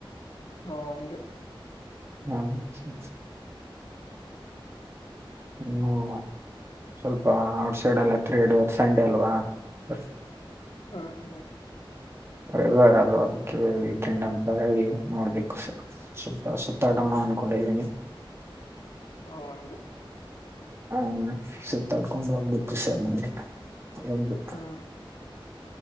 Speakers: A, on the left (about 70°); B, on the right (about 30°).
A: ಹು ಅಂಗೆ
B: ಹ್ಮ <unintelligible> <unintelligible> ಸಂಡೆ ಅಲ್ವಾ <unintelligible> ಬರ್
A: ಹ್ಮ ಹ್ಮ್
B: <unintelligible> ಅಲ್ವಾ ಕೆ <unintelligible> ವೀಕೆಂಡ್ ಅಂತ ಹೇಳಿ ನೋಡ್ಬೇಕು <unintelligible> ಸುತಡನ
A: ಹ್ಮ್
B: <unintelligible> ಅನ್ಕೊಂಡಿದಿನಿ
A: ಓ ಹಂಗೆ
B: ಹ ಸುತ್ತಾಡ್ಕೊಂಡು ಹೋಗ್ಬೇಕುಷಂದ <unintelligible> ಒಂದು <unintelligible>
A: ಹ್ಮ್